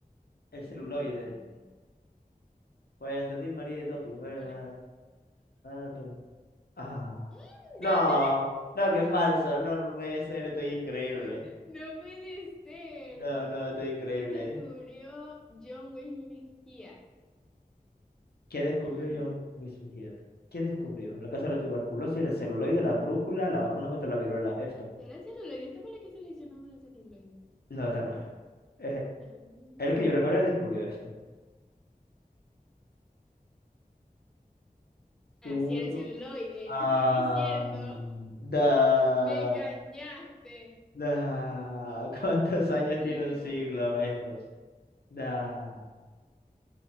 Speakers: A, on the left; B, in the centre.
A: el
B: Celuloide.
A: celuloide. Pues de ti, María y Doping.
B: Ah,
A: Bueno,
B: voy con este.
A: eh, tú. Ah.
B: <laughs>
A: No,
B: ¡Gané!
A: no, qué falso. No, no puede ser. Estoy increíble.
B: ¡No puede ser!
A: No, no, estoy increíble.
B: ¿Quién descubrió John Wesley Hyatt?
A: ¿Qué descubrió
B: <clears throat>
A: John Luis Fugit? ¿Qué descubrió? La causa de la tuberculosis, el celuloide, la brújula, la vacuna contra la viruela. Esto.
B: ¿Era el celuloide? Esta fue la que seleccionamos el celuloide.
A: No, esta no es. Es-
B: Ah,
A: el que yo recuerdo descubrió esto. Tú,
B: ah, sí, era el
A: tú.
B: celuloide,
A: Ah,
B: te estoy diciendo.
A: da,
B: Me engañaste.
A: da. <laughs> ¿Cuántos
B: Un
A: años
B: siglo.
A: tiene un siglo estos? Da.